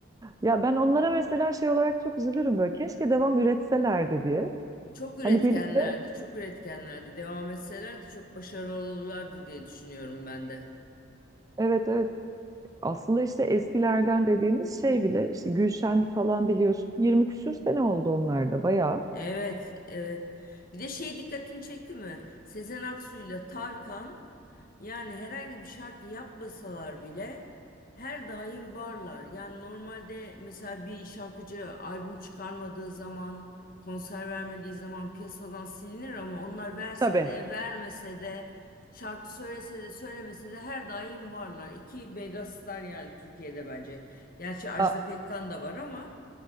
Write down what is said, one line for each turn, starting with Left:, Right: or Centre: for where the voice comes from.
Right: Ya ben onlara mesela şey olarak çok üzülürüm böyle. Keşke devam üretselerdi diye.
Left: Çok üretkenlerdi,
Right: Hani birlikte
Left: çok üretkenlerdi. Devam etselerdi çok başarılı olurlardı diye düşünüyorum ben de.
Right: evet evet Aslında işte eskilerden dediğimiz şey bile işte Gülşen falan biliyorsun 20 küsür sene oldu onlar da bayağı.
Left: Evet, evet. Bir de şey dikkatini çekti mi? Sezen Aksu'yla Tarkan Yani herhangi bir şarkı yapmasalar bile her daim varlar. Yani normalde mesela bir şarkıcı albüm çıkarmadığı zaman, konser vermediği zaman piyasadan silinir ama onlar verse
Right: Tabii.
Left: de vermese de şarkı söylese de söylemese de her daim varlar. İki megastar yani Türkiye'de bence. Gerçi Ajda
Right: A-
Left: Pekkan da var ama